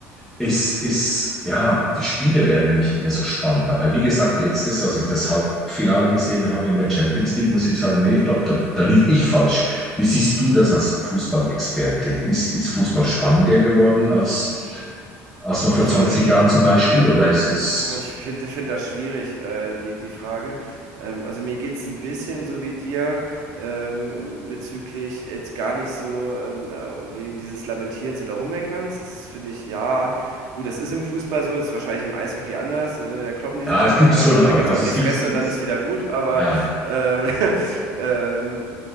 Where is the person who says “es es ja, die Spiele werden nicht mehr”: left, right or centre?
Centre